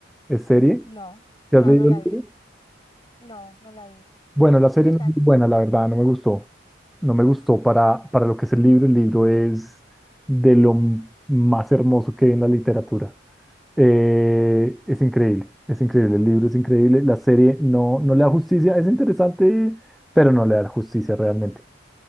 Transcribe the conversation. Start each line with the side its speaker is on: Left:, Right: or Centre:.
Centre: ¿Es serie?
Left: No,
Centre: ¿Te
Left: no,
Centre: has leído
Left: no la
Centre: el
Left: vi.
Centre: libro?
Left: No, no la vi.
Centre: Bueno, la serie
Left: ¿Qué
Centre: no
Left: tal?
Centre: es muy buena, la verdad, no me gustó. No me gustó para, para lo que es el libro. El libro es de lo m- más hermoso que hay en la literatura. Eh, es increíble, es increíble, el libro es increíble, la serie no, no le da justicia, es interesante, pero no le da justicia realmente.